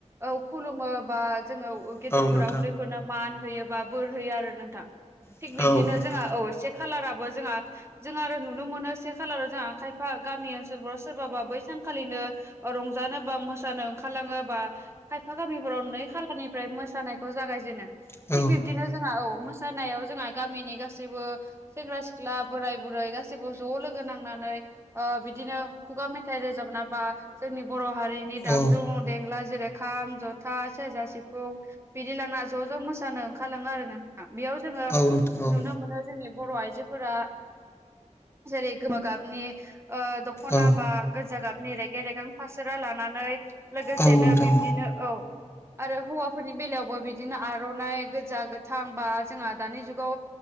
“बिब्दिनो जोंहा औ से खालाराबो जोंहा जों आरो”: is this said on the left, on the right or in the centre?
Right